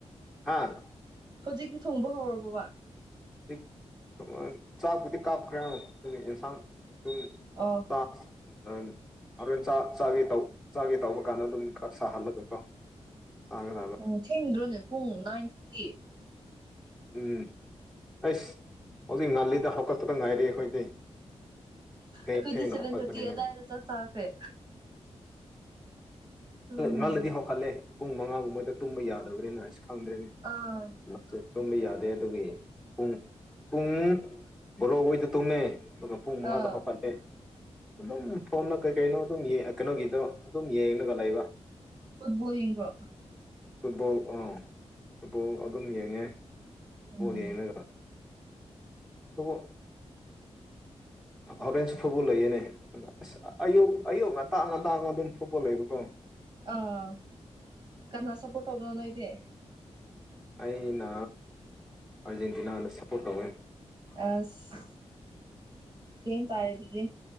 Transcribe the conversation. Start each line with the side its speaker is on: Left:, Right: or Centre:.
Centre: ꯍꯥꯥ <unintelligible>
Right: ꯍꯧꯖꯤꯛꯇꯤ ꯊꯣꯡꯕ ꯍꯧꯔꯕꯣꯕ
Centre: ꯍꯧꯖꯤꯛ ꯊ ꯆꯥꯕꯨꯗꯤ ꯀꯥꯞꯈ꯭ꯔꯦ ꯌꯦꯟꯁꯥꯡ ꯑꯗꯨꯝ <unintelligible>
Right: ꯑꯣ
Centre: ꯑ <unintelligible> ꯍꯣꯔꯦꯟ ꯆ ꯆꯥꯒꯦ ꯆꯥꯒꯦ ꯇꯧꯕ ꯀꯥꯟꯗ ꯑꯗꯨꯝ ꯈꯔ ꯁꯥꯍꯜꯂꯒꯀꯣ ꯆꯥꯒ
Right: ꯑꯣ ꯊꯦꯡꯗ꯭ꯔꯣꯅꯦ ꯄꯨꯡ ꯅꯥꯏꯟ ꯊꯥꯔꯇꯤ
Centre: ꯎꯝ ꯑꯩꯁ ꯍꯧꯖꯤꯛ ꯅꯥꯜꯂꯤꯗ ꯍꯧꯀꯠꯄꯗ ꯉꯥꯏꯔꯤ ꯑꯩꯈꯣꯏꯗꯤ ꯊꯦꯡ
Right: ꯑꯩꯈꯣꯏꯗꯤ
Centre: ꯊꯦꯡꯅ
Right: ꯁꯚꯦꯟ
Centre: ꯍꯧꯒꯠꯄꯅꯤꯅꯦ
Right: ꯊꯥꯔꯇꯤ ꯑ ꯑꯗꯨꯗꯥꯏꯗ ꯆꯥꯛ ꯆꯥꯈ꯭ꯔꯦ ꯎꯝ
Centre: ꯏꯥꯗꯗꯤ ꯍꯧꯀꯠꯂꯦ ꯄꯨꯡ ꯃꯉꯥꯒꯨꯝꯕꯣꯏꯗ ꯇꯨꯝꯕ ꯌꯥꯗꯕ꯭ꯔꯦꯅ ꯑꯁ ꯈꯪꯗ꯭ꯔꯦꯅꯤ
Right: ꯑꯥ
Centre: ꯃꯦ ꯇꯨꯝꯕ ꯌꯥꯗꯦ ꯑꯗꯨꯒꯤ ꯄꯨꯡ ꯄꯨꯡ ꯔꯣ ꯍꯣꯏꯗ ꯇꯨꯃꯦ ꯄꯨꯡ ꯃꯉꯥꯗ
Right: ꯑꯥ
Centre: ꯍꯥꯞꯀꯠꯂꯦ ꯑꯗꯨꯝ ꯐꯣꯝꯅ ꯀꯩ ꯀꯩꯅꯣ ꯑꯗꯨꯝ ꯀꯩꯅꯣꯒꯤꯗꯣ ꯑꯗꯨꯝ ꯒ ꯂꯩꯕ
Right: ꯐꯨꯠꯕꯣꯜ ꯌꯦꯡ꯭ꯕꯔꯣ
Centre: ꯐꯨꯠꯕꯣꯜ ꯑꯥ ꯐꯨꯠꯕꯣꯜ ꯑꯗꯨꯝ ꯌꯦꯡꯉꯦ ꯐꯨꯠꯕꯣꯜ
Right: ꯎꯝ
Centre: ꯌꯦꯡꯂꯒ ꯑꯗꯨꯕꯨ ꯍꯣꯔꯦꯟꯁꯨ ꯐꯨꯠꯕꯣꯜ ꯂꯩꯌꯦꯅꯦ ꯑꯁ ꯑꯌꯨꯛ ꯑꯌꯨꯛ ꯉꯟꯇꯥ ꯉꯟꯇꯥꯥꯡꯉ ꯑꯗꯨꯝ ꯐꯨꯠꯕꯣꯜ ꯂꯩꯌꯦꯕꯀꯣ
Right: ꯑꯥ ꯀꯅꯥ ꯁꯞꯄꯣꯔꯠ ꯇꯧꯕꯅꯣ ꯅꯣꯏꯗꯤ
Centre: ꯑꯩꯅ ꯑꯥꯔꯖꯦꯟꯇꯤꯅꯥ ꯁꯞꯄꯣꯔꯠ ꯇꯧꯋꯦ
Right: ꯑꯁ ꯁꯦꯝ ꯇꯥꯔꯦ ꯑꯗꯨꯗꯤ